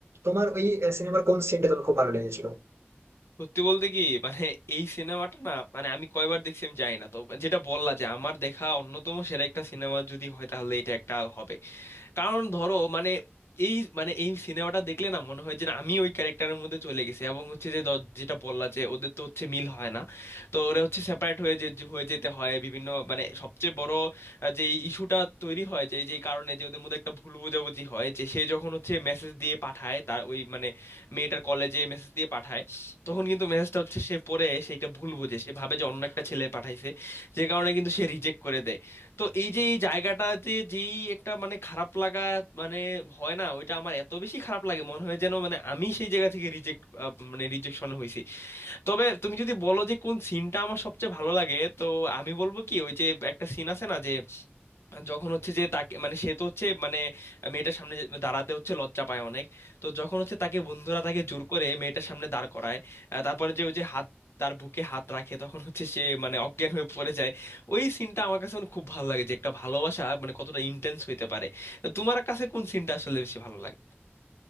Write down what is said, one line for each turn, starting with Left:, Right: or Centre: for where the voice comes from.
Right: তোমার ওই সিনেমার কোন সিনটা তোমার খুব ভালো লেগেছিল
Left: সত্যি বলতে কি মানে এই সিনেমাটা না মানে আমি কয়বার দেখছি আমি জানি না তো যেটা বললা যে আমার দেখা অন্যতম সেরা একটা সিনেমা যদি হয় তাহলে এটা একটা হবে কারণ ধরো মানে এই মানে এই সিনেমাটা দেখলে না মনে হয় যে না, আমি ওই ক্যারেক্টারের মধ্যে চলে গেছি এবং হচ্ছে যে দ- যেটা বললা যে ওদের তো হচ্ছে মিল হয় না তো ওরা হচ্ছে সেপারেট হয়ে যে যে হয়ে যেতে হয় বিভিন্ন মানে সবচেয়ে বড় আহ, যে ইস্যুটা তৈরি হয় যে যে কারণে যে ওদের মধ্যে একটা ভুল বোঝাবুঝি হয় যে সে যখন হচ্ছে মেসেজ দিয়ে পাঠায় তার ওই মানে মেয়েটার কলেজে মেসেজ দিয়ে পাঠায় তখন কিন্তু মেসেজটা হচ্ছে সে পড়ে সে একটা ভুল বোঝে সে ভাবে যে অন্য একটা ছেলে পাঠাইছে যে কারণে কিন্তু সে রিজেক্ট করে দেয় তো এই যে এই জায়গাটাতে যেই একটা মানে খারাপ লাগা মানে হয় না ওইটা আমার এত বেশি খারাপ লাগে মনে হয় যেন মানে আমি সেই জায়গা থেকে রিজেক্ট মানে রিজেকশন হয়েছি তবে তুমি যদি বলো যে কোন সিনটা আমার সবচেয়ে ভালো লাগে তো আমি বলবো কি ওই যে একটা সিন আছে না যে যখন হচ্ছে যে তাকে মানে সে তো হচ্ছে মানে মেয়েটার সামনে যে- দাঁড়াতে হচ্ছে লজ্জা পায় অনেক তো যখন হচ্ছে তাকে বন্ধুরা তাকে জোর করে মেয়েটার সামনে দাঁড় করায় আহ, তারপরে যে ওই যে হাত তার বুকে হাত রাখে তখন হচ্ছে সে মানে অজ্ঞান হয়ে পড়ে যায় ওই সিনটা আমার কাছে মানে খুব ভালো লাগে যে একটা ভালোবাসা মানে কতটা ইন্টেন্স হইতে পারে তো তোমার কাছে কোন সিনটা আসলে বেশি ভালো লাগে